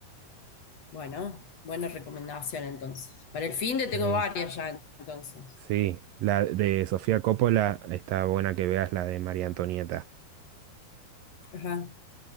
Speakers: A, on the left (about 45°); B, on the right (about 70°).
A: Bueno, buena recomendación entonces. Para el fin de tengo
B: Sí.
A: varias ya entonces.
B: Sí, la de Sofía Coppola está buena que veas la de María Antonieta.
A: Ajá.